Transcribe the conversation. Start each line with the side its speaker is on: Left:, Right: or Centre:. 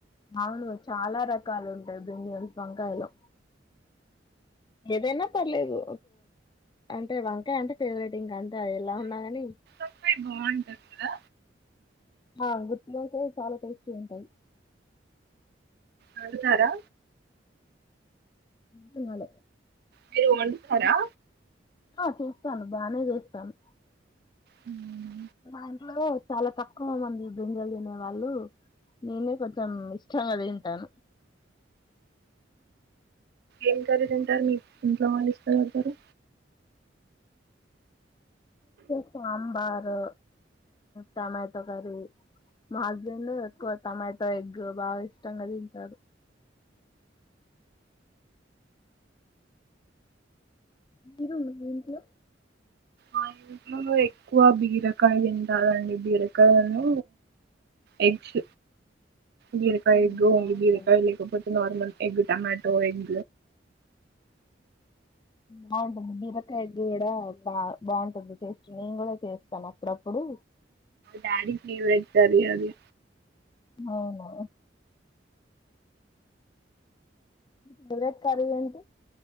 Left: అవును చాలా రకాలు ఉంటాయి బ్రింజల్స్ వంకాయలు ఏదైనా పర్లేదు అంటే వంకాయ అంటే ఫేవరెట్ ఇంక అంత ఎలా ఉన్నా గని
Right: <unintelligible> బాగుంటుందిా కదా
Left: ఆ గుర్తి అయితే చాలా టేస్టీ ఉంటాయి
Right: అ తార
Left: అంతన్నాళ
Right: మీరు వంటతారా
Left: ఆ చేస్తాను బానే చేస్తాను
Right: ఉ
Left: మా ఇంట్లో చాలా తక్కువ మంది బింజలు తినే వాళ్ళు నేనే కొంచెం ఇష్టంగా తింటాను
Right: ఏం జరదుంటారు మీకు ఇంట్లో వాళ్ళ ఇస్తకోగగుతారు
Left: సాంబారు టమాటో కర్రీ మా హస్బెండ్ ఎక్కువ టమాటో ఎగ్ బాగా ఇష్టంగా తింటారు మీరు ఏంటి
Right: ఆ ఇంలో ఎక్కువ బీరకాయ తి బీరకాయలను ఎగ్స్ బీరకాయ
Left: ఉమ్
Right: ఎగ్
Left: బాగుంటుంది
Right: బీరకాయలపోతే నార్మల్ ఎగ్ టొమాటో ఎగ్
Left: బాగుంటుంది బిరకాయగ్ కూడా బా బాగుంటుంది టేస్ట్ నేను కూడా చేస్తాను అప్పుడప్పుడు
Right: డాడీ ఫేవరెట్ కర్రీ అది
Left: అవునా ఫవరెట్ క ఏంట